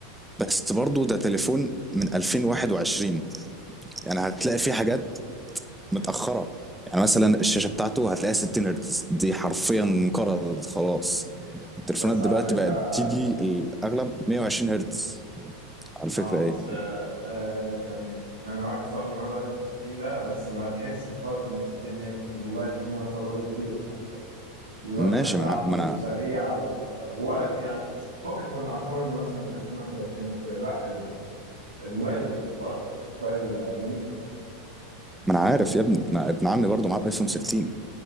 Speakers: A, in the centre; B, on the right.
A: بس برضه ده تليفون من 2021 يعني هتلاقي فيه حاجات متأخرة يعني مثلا الشاشة بتاعته هتلاقيها 60 هرتز دي حرفيا انقرضت خلاص التليفونات
B: بس
A: دلوقتي
B: على فكرة
A: بقت تيجي الأغلب 120 هرتز على فكرة
B: اه بس
A: ايه
B: آه آه يعني انا واحد صاحبي معاه الايفون 16 ده بس ما تحسش خالص انه 16 هيرتز الموبايل بسم الله ما شاء الله بيطير حرفيا الواجهه
A: ماشي
B: بتاعته
A: ما انا ما انا
B: سريعه و... ولا ك- يعني فكك من ارقام انه مثلا 2021 او كده لا ال- الموبايل محترم موبايل جميل يعني
A: ما انا عارف يا ابني ما ابن عمي برضه معاه ايفون 13